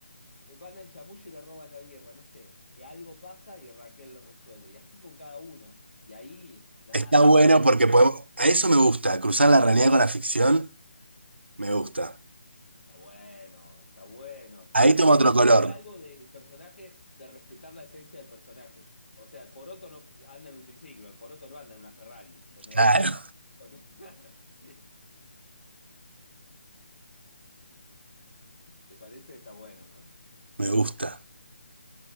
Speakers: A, on the left (about 65°); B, on the right (about 65°).
A: van al chamuyo y le roban la birra, no sé. Eh, Algo pasa y Raquel lo resuelve. Y así con cada uno. Y ahí, nada,
B: Está bueno
A: y ahí
B: porque podemos, a eso me gusta, cruzar la realidad con la ficción, me gusta.
A: está bueno, está bueno. Pero
B: Ahí
A: siempre
B: toma otro color,
A: habrá algo del personaje, de respetar la esencia del personaje. O sea, el Poroto no anda en un triciclo, el Poroto no anda en una Ferrari, ¿entendés?
B: claro,
A: <laughs> claro, sí. ¿Te parece? Está bueno, ¿no?
B: <laughs> me gusta,